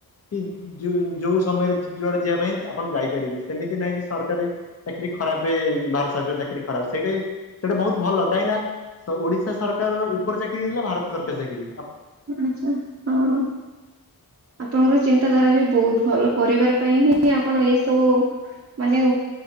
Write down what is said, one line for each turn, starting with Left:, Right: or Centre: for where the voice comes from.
Left: କି ଯୋ-ଯୋଉ ସମୟରେ ଯୁଆଡେ ଯିବା ପାଇଁ ଆପଣ ଯାଇପାରିବେ, ସେମିତି ନାହିଁ କି ସରକାରୀ ଚାକିରୀ ଖରାପେ ଭାରତ ସରକାର ଚାକିରୀ ଖରାପ। ସେଇଟା ହିଁ ସେଇଟା ବହୁତ ଭଲ କାହିଁକିନା ତ ଓଡିଶା ସରକାରର ଉପର ଚାକିରୀ ହେଲା ଭାରତ ସରକାର ଚାକିରୀ।
Right: ଆଚ୍ଛା ହଁ। ଆପଣଙ୍କର ଚିନ୍ତ ଚିନ୍ତାଧାରା ବି ବହୁତ ଭଲ। ପରିବାର ପାଇଁ ହିଁ ଆପଣ ଏଇ ସବୁ ମାନେ